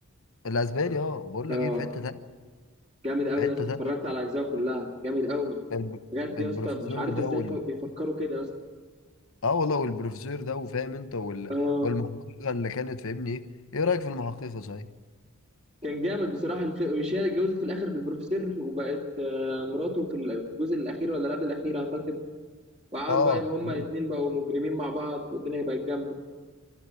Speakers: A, on the left (about 65°); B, on the right (about 30°).
A: الاسباني اه بقول
B: اه
A: لك ايه في حته تانية
B: جامد قوي
A: في حته
B: يا اسطى
A: تانية
B: اتفرجت على اجزائه كلها جامد قوي
A: الب...
B: بجد يا
A: البروفيسور
B: اسطى مش عارف
A: ده
B: ازاي
A: وال...
B: ف- بيفكروا كده يا اسطى
A: اه والله والبروفيسور ده وفاهم انت وال...
B: اه
A: والمحققه اللي كانت فاهمني ايه ايه رايك في المحققه صحيح
B: كان جامد بصراحه الف... مش هي اللي اتجوزت في الاخر بالبروفيسور وبقت آه، مراته في ال- في الجزء الاخير ولا لا ده الاخير اعتقد وقعدوا
A: اه
B: بقى يبقى هما
A: أيوة.
B: الاتنين بقوا مجرمين مع بعض والدنيا بقت جامدة